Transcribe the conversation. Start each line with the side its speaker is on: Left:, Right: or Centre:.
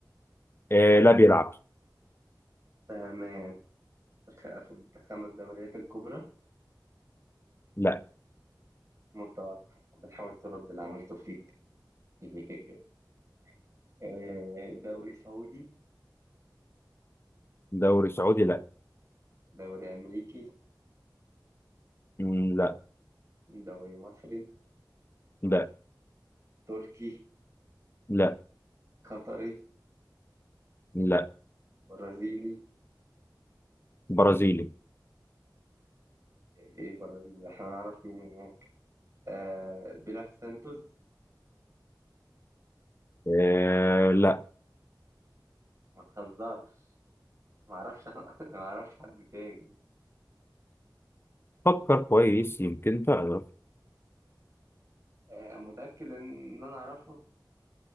Left: آه لا بيلعب
Right: تمام خ- في الخمس دوريات الكبرى
Left: لا
Right: متوقع بنحاول ترد اللي عملته فيك <laughs> آه، دوري سعودي
Left: دوري سعودي لا
Right: دوري امريكي
Left: مم، لا
Right: دوري مصري
Left: لا
Right: تركي
Left: لا
Right: قطري
Left: لا
Right: برازيلي
Left: برازيلي
Right: ايه برازيلي احنا نعرف مين آه بيلعب في سانتوس
Left: آه لا
Right: ما تهزرش ما اعرفش <laughs> انا ما اعرفش حد تاني
Left: فكر كويس يمكن تعرف
Right: آه متأكد ان انا اعرفه